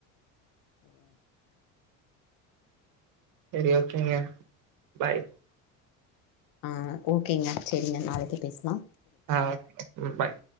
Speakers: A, on the left; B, on the right.
A: ம்
B: சேரி ஓகேங்க பாய்
A: ஆ ஓகேங்க சேரிங்க நாளைக்கு பேசுலா
B: ஆ ஓக் ம் பாய்